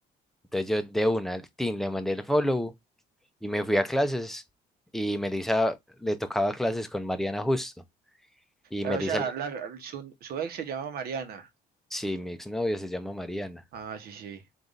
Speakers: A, in the centre; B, on the right (about 65°).
A: Entonces yo de una al team le mandé el follow y me fui a clases y Melissa le tocaba clases con Mariana justo. Y
B: O
A: Melissa
B: sea, la- su, su ex se llama Mariana.
A: Sí, mi exnovia se llama Mariana.
B: Ah, sí, sí.